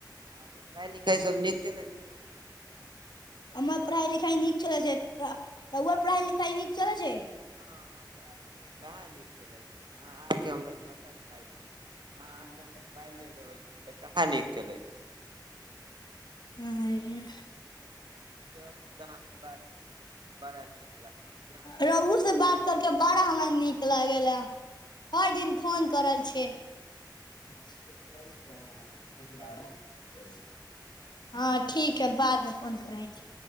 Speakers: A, on the right (about 75°); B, on the left (about 65°).
A: हह तऽ पढ़ाइ लिखाइसभ नीक चलै छै
B: हमर पढ़ाई लिखाइ नीक चल छै रउआ पढ़ाइ लिखाइ नीक चलैइ छैइ
A: पढ़ाइ कहाँ नीक चलैत छै अहाँ आके हम अछा खाइ छी अहाँ
B: इल
A: आके हम मोबाइल ले लेबै तऽ कहाँ नीक चलै छै
B: आंये
A: चलू तऽ अहाँके बात बड़ा नीक लागै
B: रउओ से बात करके बारा हमरा नीक लागेला हर दिन फोन करल छी <inaudible>
A: छै
B: हँ ठीक है बादमे फोन करैय छी